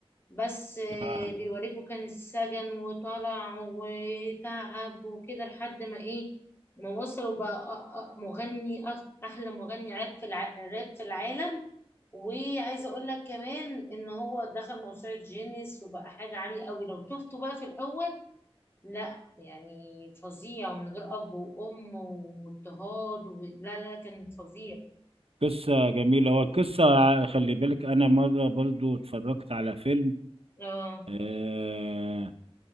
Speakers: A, on the left; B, on the right.
A: بس آه،
B: اه
A: بيوريكوا كان السجن وطلع وتعب وكده لحد ما ايه ما وصل وبقى أ- أ- مغني أخ- احلى مغني راب في الع... راب في العالم وعايزه اقول لك كمان ان هو دخل موسوعه جينيس وبقى حاجه عاليه قوي لو شفته بقى في الاول لا يعني فظيع ومن غير اب وام واضطهاد و... لا لا كان فظيع
B: قصة جميلة هو القصة خلي بالك انا مرة برضو اتفرجت على فيلم
A: اه
B: آه